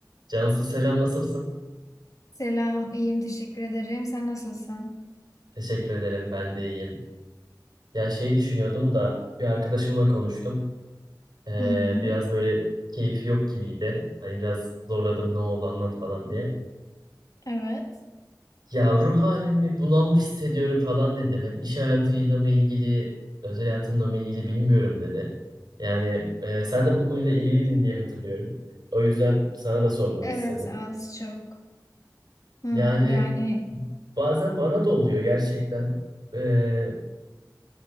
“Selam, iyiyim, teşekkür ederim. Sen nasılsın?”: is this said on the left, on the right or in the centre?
Left